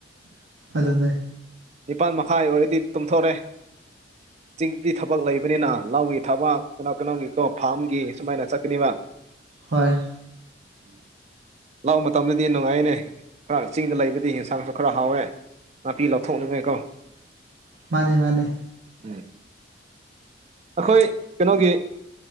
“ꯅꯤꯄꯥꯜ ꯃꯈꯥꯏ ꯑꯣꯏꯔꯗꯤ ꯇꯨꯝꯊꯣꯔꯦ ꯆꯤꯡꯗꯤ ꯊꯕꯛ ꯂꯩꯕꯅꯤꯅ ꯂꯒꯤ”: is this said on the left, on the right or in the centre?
Right